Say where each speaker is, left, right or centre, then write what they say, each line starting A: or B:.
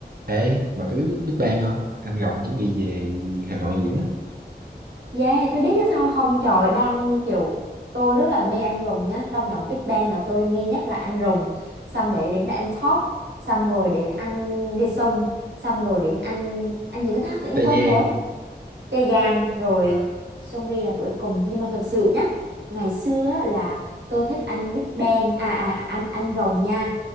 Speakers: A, on the right; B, on the right.
A: Ê, bà có biết Big Big Bang không? Anh Rồng chuẩn bị về Hà Nội diễn á.
B: Yeah, tôi biết chứ sao không trời đang kiểu tôi rất là mê anh rùng nhá trong nhóm Big Bang là tôi mê nhất là anh rùng xong để đến là anh Top xong rồi đến anh Đi Sung xong rồi đến anh anh gì nữa ta tự nhiên
A: Tây
B: quên
A: Giang.
B: rồi Tê Giang rồi
A: À,
B: Seungri là cuối cùng nhưng mà thật sự nhá ngày xưa á là tôi thích anh Big Bang à à anh anh rồng nha